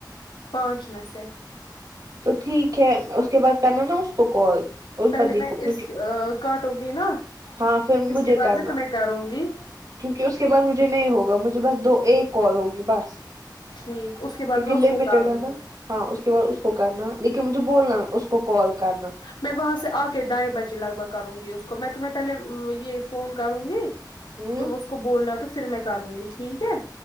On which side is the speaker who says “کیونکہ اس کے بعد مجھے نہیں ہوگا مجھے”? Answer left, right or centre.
Right